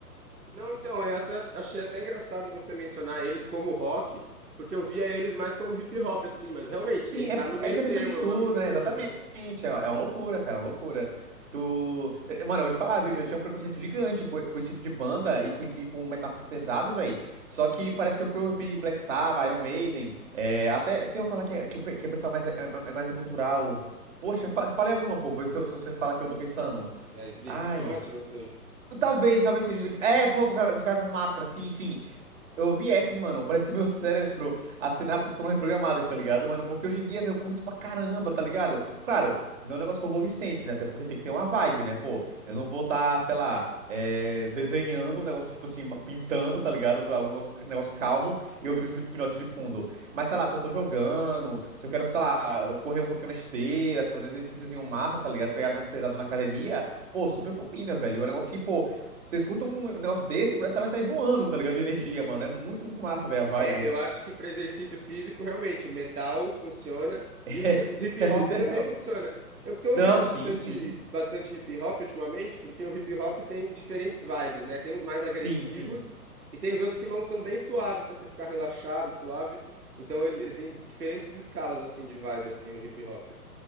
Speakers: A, on the right; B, on the right.
A: Não, então, eu até- achei até engraçado você mencionar eles como rock, porque eu via eles mais como hip hop, assim, mas realmente,
B: Sim,
A: ele tá
B: é, porque-
A: no
B: é
A: meio
B: porque
A: termo,
B: tem essa mistura,
A: é uma mistura,
B: né? Exatamente.
A: né?
B: É, uma é uma loucura, cara, é uma loucura. Tu. eh, Mano, eu vou te falar, viu? Eu tinha um preconceito gigante com, com esse tipo de banda e com, e com metal mais pesado, velho. Só que parece que eu fui ouvir Black Sabbath, Iron Maiden. É, até tem outra lá que, é- que, o pe- que é o pessoal mais, é, é é mais cultural. Poxa, fa falei alguma, pô, se, se você fala que eu tô pensando.
A: É Slipknot,
B: Ai.
A: não sei.
B: Talvez, talvez seja Slipknot. É, pronto, o cara, os caras das máscaras. Sim, sim. Eu vi essas, mano. Parece que meu cérebro, as sinapses foram reprogramadas, tá ligado, mano? Porque hoje em dia, velho, eu curto pra caramba, tá ligado? Claro, não é um negócio que eu vou ouvir sempre, né? Até porque tem que ter uma vibe, né? Pô, eu não vou estar, sei lá, é, desenhando um negócio, tipo assim, pintando, tá ligado? Um negócio, negócio calmo e ouvindo Slipknot de fundo. Mas, sei lá, se eu tô jogando, se eu quero, sei lá, correr um pouquinho na esteira, fazer um exercíciozinho massa, tá ligado? Pegar mais pesado na academia, pô, super combina, velho. É um negócio que, pô, você escuta um negócio desse, parece que vai sair voando, tá ligado? De energia, mano. É muito, muito massa, velho, a vibe.
A: É, eu acho que para exercício físico, realmente, o metal funciona
B: <laughs> É,
A: e os, os hip
B: é
A: hop
B: o ideal.
A: também funciona. Eu tô
B: Não,
A: ouvindo bastante,
B: sim, sim.
A: bastante hip hop ultimamente, porque o hip hop tem diferentes vibes, né? Tem uns mais agressivos
B: Sim, sim.
A: e tem os outros que não são bem suave para você ficar relaxado, suave. Então ele, ele tem diferentes escalas assim de vibe assim no hip hop.